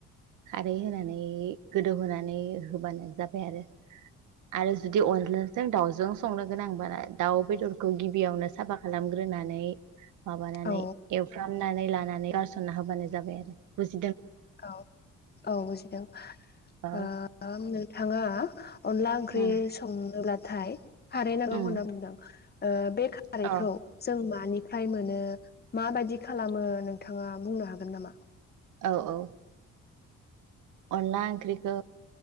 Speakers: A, on the right; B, on the left.
A: खारै होनानै गोदौहोनानै होबानो जाबाय आरो आरो जुदि अनलाजों दाउजों संनो गोनांबा दाउ बेदर खौ गिबियावनो साफा खालाम ग्रोनानै माबानानै
B: औ
A: एवफ्राम नानै गारसनना होबानो जाबाय आरो बुजि
B: औ औ बुजिदों
A: औ
B: ओ नोंथाङा अनला ओंख्रि
A: उम
B: संनोब्ला थाय खारै नांगौ
A: उम
B: होनना बुंदों बे खारैखौ
A: औ
B: जों मानिफ्राय मोनो माबायदि खालामो नोंथाङा बुंनो हागोन नामा
A: औ औ अनला ओंख्रिखौ